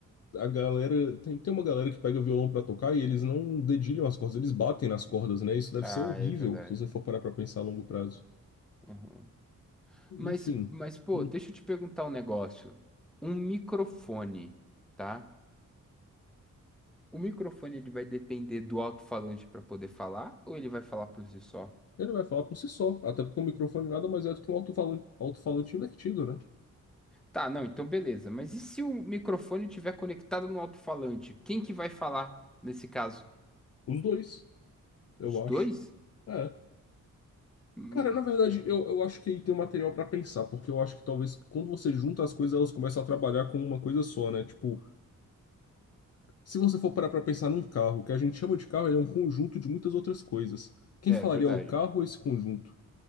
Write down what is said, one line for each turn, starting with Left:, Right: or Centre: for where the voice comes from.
Left: a galera. Tem, tem uma galera que pega violão pra tocar e eles não dedilham as cordas, eles batem nas cordas, né? Isso deve
Centre: Ah,
Left: ser horrível
Centre: é verdade.
Left: se você for parar pra pensar a longo prazo.
Centre: Uhum. Mas,
Left: Enfim,
Centre: mas, pô,
Left: hum,
Centre: deixa eu te perguntar um negócio. Um microfone, tá? O microfone ele vai depender do alto-falante para poder falar ou ele vai falar por si só?
Left: ele vai falar por si só. Até porque o microfone nada mais é do que um alto-falante, alto-falante invertido, né?
Centre: Tá, não, então beleza. Mas e se o microfone estiver conectado no alto-falante? Quem que vai falar nesse caso?
Left: Os dois, eu
Centre: Os
Left: acho.
Centre: dois?
Left: é
Centre: Hum,
Left: Cara, na verdade,
Centre: hum,
Left: eu, eu acho que aí tem um material pra pensar, porque eu acho que talvez quando você junta as coisas, elas começam a trabalhar com uma coisa só, né? Tipo, se você for parar pra pensar num carro, o que a gente chama de carro, ele é um conjunto de muitas outras coisas. Quem
Centre: é
Left: falaria
Centre: verdade.
Left: o carro ou esse conjunto?